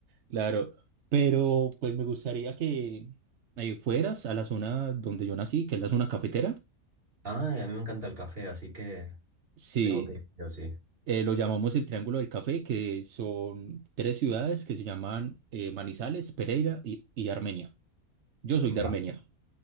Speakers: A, on the right; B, on the right.
A: Claro, pero pues me gustaría que eh, fueras a la zona donde yo nací, que es la zona cafetera.
B: Ah, y a mí me encanta el café, así que
A: Sí,
B: tengo que ir, yo sí.
A: eh, lo llamamos el Triángulo del Café, que son tres ciudades que se llaman eh, Manizales, Pereira y, y Armenia. Yo soy
B: Va,
A: de Armenia.